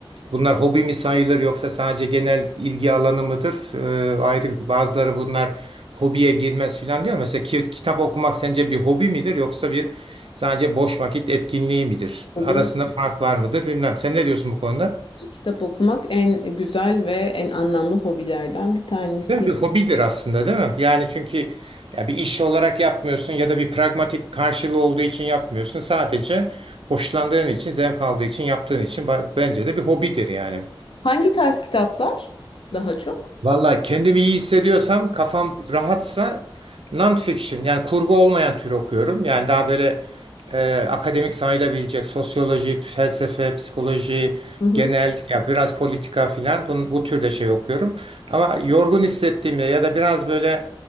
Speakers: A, on the right; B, on the left.
A: bunlar hobi mi sayılır yoksa sadece genel ilgi alanı mıdır? E, ayrı bir, bazıları bunlar hobiye girmez filan diyor. Mesela ki- kitap okumak sence bir hobi midir yoksa bir sadece boş vakit etkinliği midir?
B: Olur.
A: Arasında fark var mıdır bilmem. Sen ne diyorsun bu konuda?
B: Kitap okumak en güzel ve en anlamlı hobilerden bir tanesi.
A: Değil mi? Bir hobidir aslında değil mi? Yani çünkü ya bir iş olarak yapmıyorsun ya da bir pragmatik karşılığı olduğu için yapmıyorsun. Sadece hoşlandığın için, zevk aldığı için, yaptığın için ba- bence de bir hobidir yani.
B: Hangi tarz kitaplar daha çok?
A: Valla kendimi iyi hissediyorsam, kafam rahatsa non-fiction yani kurgu olmayan tür okuyorum. Yani daha böyle e, akademik sayılabilecek sosyoloji, felsefe, psikoloji,
B: Hı hı.
A: genel ya biraz politika filan bunun- bu türde şey okuyorum. Ama yorgun hissettiğimde ya da biraz böyle